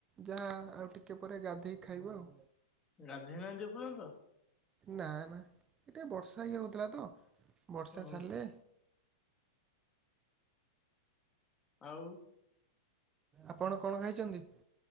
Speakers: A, on the right; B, on the left.
A: ଯାହା ଆଉ ଟିକେ ପରେ ଗାଧୋଇ ଖାଇବୁ ଆଉ।
B: ଗାଧେଇ ନାହାନ୍ତି ଏ ପର୍ଯ୍ୟନ୍ତ?
A: ନା ନା ଏଟେ ବର୍ଷା ଇଏ ହଉଥିଲା ତ ବର୍ଷା
B: ଓ
A: ଛାଡ଼ିଲେ
B: ଆଉ
A: ଆପଣ କଣ ଖାଇଛନ୍ତି?